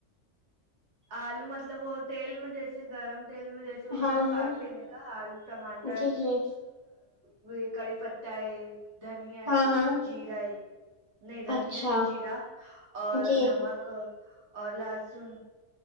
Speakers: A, on the right (about 65°); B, on the left (about 40°).
A: آلو مطلب وہ تیل میں جیسے گرم تیل میں جیسے وہ
B: ہاں
A: سب
B: ہاں
A: کاٹ لینے کا آلو ٹماٹر
B: جی جی
A: وہ یہ کڑی پتا ہے دھنیا
B: ہاں
A: ہے
B: ہاں
A: جیرا ہے نہیں دھنیا
B: اچھا
A: نہیں جیرا اور
B: جی
A: نمک اور لاسٹ سن